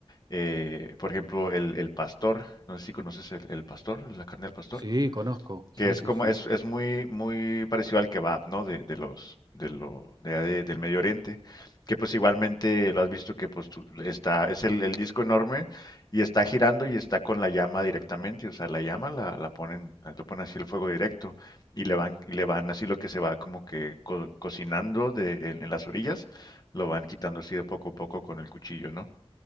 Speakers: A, on the left; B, on the right.
A: Eh, por ejemplo, el, el pastor, no sé si conoces el, el pastor, la carne del pastor.
B: Sí, conozco. Sí,
A: Que es
B: sí,
A: como,
B: sí.
A: es, es muy, muy parecido al kebab, ¿no? De, de los, de lo, de, de- del Medio Oriente, que pues igualmente lo has visto que pues tú- está, es el, el disco enorme y está girando y está con la llama directamente, o sea, la llama la, la ponen, lo ponen así el fuego directo y le van, y le van así lo que se va como que co- cocinando de, en, en las orillas, lo van quitando así de poco a poco con el cuchillo, ¿no?